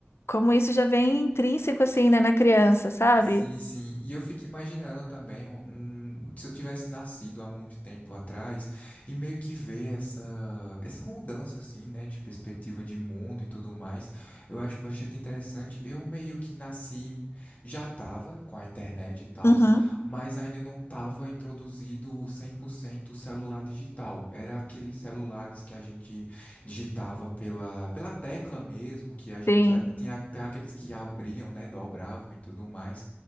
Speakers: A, on the left (about 90°); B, on the left (about 40°).
A: como isso já vem intrínseco, assim, né, na criança, sabe?
B: Sim, sim. E eu fico imaginando também um, um- se eu tivesse nascido há muito tempo atrás e meio que ver essa, essa mudança assim, né, de perspectiva de mundo e tudo mais, eu acho bastante interessante. Eu meio que nasci, já tava com a internet e tal,
A: Uhum,
B: mas ainda não tava introduzido 100% o celular digital. Era aqueles celulares que a gente digitava pela, pela tecla mesmo, que a gente
A: sim.
B: tinha até aqueles que abriam, né, dobravam e tudo mais.